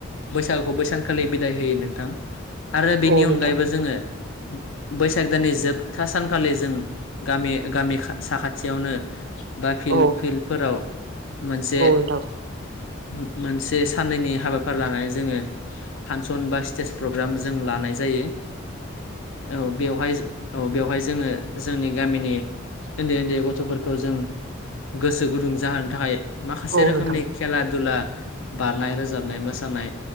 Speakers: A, on the left; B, on the right.
A: बैसागुखौ बैसानखालि बिदाय होयो नोंथां। आरो बेनि
B: औ
A: अनगायैबो
B: नोंथां
A: जोङो बैसाग दाननि जोब था सानखालि जों गामि गामि खा साखाथियावनो बा फिल्द
B: औ
A: फिल्दफोराव मोनसे
B: औ नोंथां
A: उ मोनसे साननैनि हाबाफारि लानानै जोङो फानसन बा स्टेज प्रग्राम जों लानाय जायो औ बेवहाय औ बेवहाय जोङो जोंनि गामिनि ओन्दै ओन्दै गथ'फोरखौ जों गोसो गुदुं जाहोनो थाखाय माखासे
B: औ
A: रोखोमनि
B: नोंथां
A: खेला दुला बारनाय रोजाबनाय मोसानाय